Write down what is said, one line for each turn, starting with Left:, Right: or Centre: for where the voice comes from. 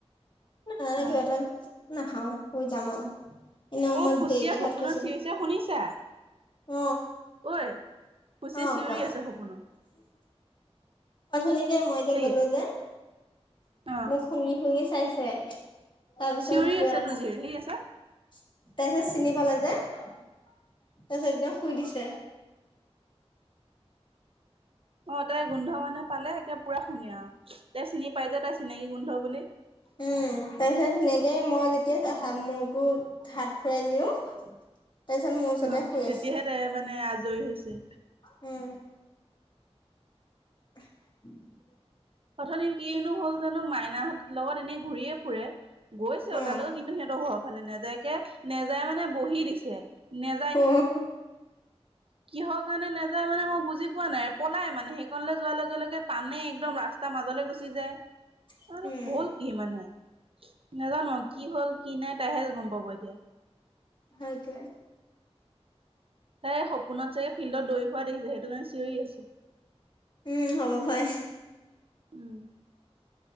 Left: না
Right: অ
Left: না নাখাওঁ, শুই যাম আৰু। এনেও
Right: অ
Left: মই
Right: ফুচিয়া
Left: দেৰিকে
Right: সপোনত
Left: ভাত খাইছিলো।
Right: চিঞৰিছে শুনিছা
Left: অ
Right: ঐ ফুচিয়ে
Left: অ',
Right: চিঞৰি
Left: কোৱা?
Right: আছে সপোনত
Left: অথনি যে মই যে
Right: সেইয়া
Left: গ'লো যে
Right: অ
Left: মোক শুঙি শুঙি চাইছে। তাৰপিছত
Right: চিঞৰি
Left: তাৰপিছত
Right: আছে তোৰ জীয়েৰে হেৰি আছে
Left: চিনি পালে যে। তাৰপিছত একদম শুই দিছে।
Right: অ', তাই গোন্ধ মানে পালে একে পুৰা শুঙে আৰু, তাই চিনি পাই যে তাই চিনাকি গোন্ধ বুলি।
Left: উম, তাৰপিছত সেনেকে মই যেতিয়া মূৰটোত হাত ফুৰাই দিলো, তাৰপিছত মোৰ ওচৰতে
Right: অহ,
Left: শুই
Right: তেতিয়াহে
Left: আছে
Right: তাই মানে আজৰি হৈছে।
Left: উম। <inaudible>
Right: প্ৰথম দিন কিনো হ'ল জানো, মাইনাহঁতৰ লগত এনেই ঘূৰিয়েই ফুৰে। গৈছেও
Left: অ
Right: তালৈ, কিন্তু সিহঁতৰ ঘৰৰ ফালে নেজায়কে নেজায় মানে বহি দিছে, নে
Left: অহ।
Right: কিহৰ কাৰণে নেযায় মানে মই বুজি পোৱা নাই, পলাই মানে সেইখনলৈ যোৱাৰ লগে লগে টানে একদম ৰাচ তাৰ মাজলৈ গুচি যায়
Left: উম
Right: আৰু হ'ল কি মানে নাজানো কি হ'ল কি নাই তাইহে গম পাব এতিয়া
Left: হতে
Right: তাই সপোনত চাগে ফিল্ডত দৌৰি ফোৱা দেখিছে সেইটো কাৰণে চিঞৰি আছো
Left: উম হ'ব ভাই
Right: উম